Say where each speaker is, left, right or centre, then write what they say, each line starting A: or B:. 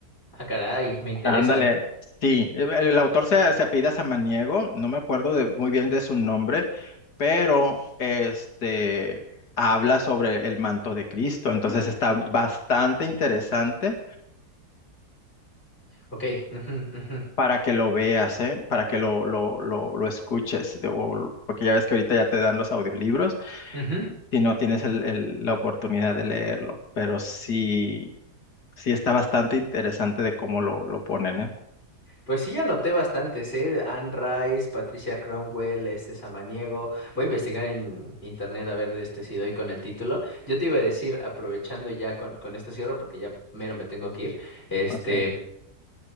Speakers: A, on the left; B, on the left.
A: Ah, caray, me interesa.
B: Ándale, sí, el, el autor se, se apellida Samaniego, no me acuerdo de- muy bien de su nombre, pero este habla sobre el manto de Cristo, entonces está bastante interesante
A: Ok, ujú, ujú,
B: para que lo veas, ¿eh? Para que lo, lo, lo, lo escuches, de- o, porque ya ves que ahorita ya te dan los audiolibros,
A: ujú.
B: si no tienes el- el- la oportunidad de leerlo, pero sí, sí está bastante interesante de cómo lo, lo ponen, ¿eh?
A: Pues sí, ya noté bastantes, ¿eh? Anne Rice, Patricia Cromwell, este Samaniego. Voy a investigar en internet a ver este si doy con el título. Yo te iba a decir, aprovechando ya con, con esto cierro, porque ya mero me tengo que ir, este,
B: Ok.